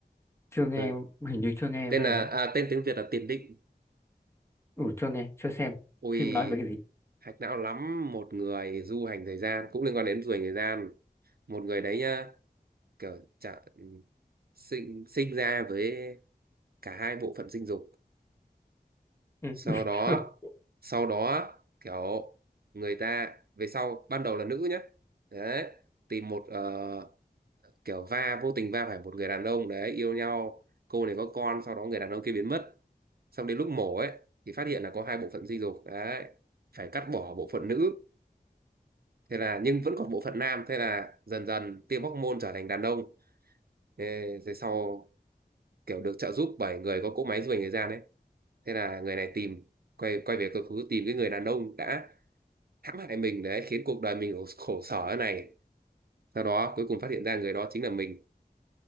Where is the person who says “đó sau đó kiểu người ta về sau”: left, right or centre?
Right